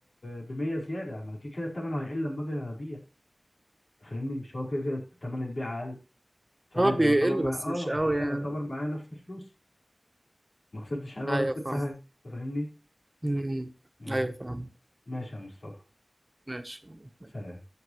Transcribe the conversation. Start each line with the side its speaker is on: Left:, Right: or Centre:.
Left: ب 100 زياده ما انا كده كده الثمن هيقل لما اجي ابيع فاهمني مش هو كده كده ثمن البيع اقل فانا
Right: اه
Left: هيبقى
Right: بيقل
Left: يعتبر معايا
Right: بس
Left: اه
Right: مش قوي
Left: فانا
Right: يعني
Left: يعتبر معايا نفس فلوس ما خسرتش حاجه ولا
Right: ايوه
Left: كسبت
Right: فاهم
Left: حاجه أنت فاهمني
Right: امم
Left: مم.
Right: ايوه فاهم
Left: ماشي يا مصطفى
Right: ماشي
Left: سلام